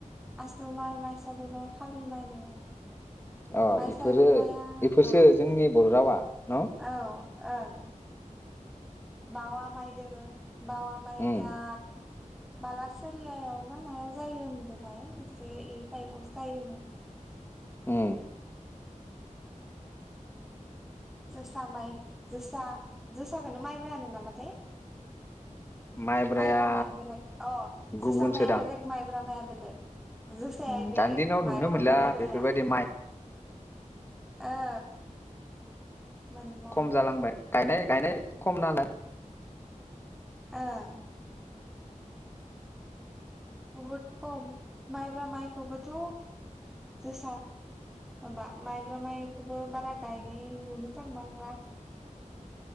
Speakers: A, in the centre; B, on the left.
A: आसु माइ माइ सालि माइ खालि माइ दोङो
B: अ
A: माइसालि
B: इफोरो
A: माइआ
B: बेफोरसो
A: अ
B: जोंनि बर' रावा न'
A: औ ओं बावा माइ दोङो बावा माइया
B: उम
A: बालासोरियायाव ना मायाव जायो होनदोथाय एसे इ टाइमावसो जायोमोन
B: उम
A: जोसा माइ जोसा जोसाखौनो माइब्रा होनो नामाथाय
B: माइब्राया
A: माइब्रामाया बेलेग अ जोसा
B: गुबुनसोदां
A: माया बेलेग माइब्रा माइया बेलेग जोसाया
B: उम
A: बे
B: दानि दिनाव
A: माइरङा
B: नुनो मोनला
A: मोदोमनाया
B: बेफोरबायदि माइ
A: ओ मोनलानो
B: खम जालांबाय गायनाय गायनाय खम नालाय
A: ओं बहुद खम माइब्रा माइखौबोथ जोसा माबा माइब्रा माइखौबो बारा गायनाय नुनो थांबांला